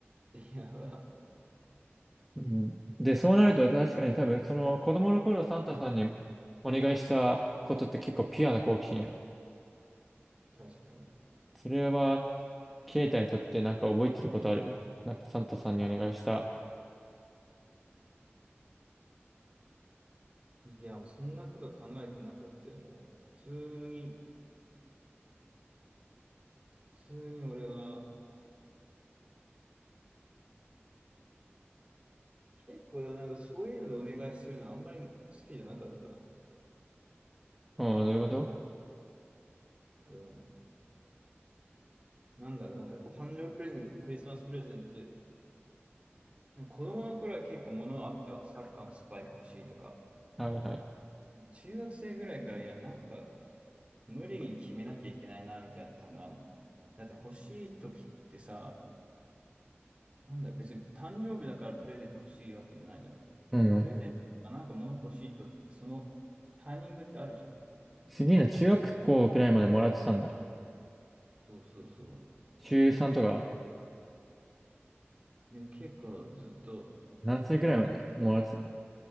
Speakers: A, on the right; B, in the centre.
A: いや、
B: うんで、そうなると確かに多分、その子供の頃サンタさんにお願いしたことって結構ピュアな好奇心や。
A: <laughs> 確かに。
B: それは、ケイタにとってなんか覚えてることあるよ。なんかサンタさんにお願いした。
A: いや、もうそんなこと考えてなかったよ。もう普通に、普通に俺は、結構なんかそういうのでお願いするのはあんまり好きじゃなかったな。
B: うん、どういうこと
A: うん。なんだろう、なんか誕生日プレゼント、クリスマスプレゼントで、子供の頃は結構物あってはサッカーのスパイク欲しいとか、
B: はいはい。
A: 中学生ぐらいからいや、なんか無理に決めなきゃいけないなみたいな感があるの。だって欲しい時ってさ、なんだ、別に誕生日だからプレゼント欲しいわけじゃないじゃん。
B: うん。
A: プレゼントとかなんか物欲しい時ってそのタイミングってあるじゃん。
B: 次の中学校くらいまでもらってたんだ。
A: そうそうそう。
B: 中3とか、
A: いや、結構ずっと、
B: 何歳くらいまでもらってた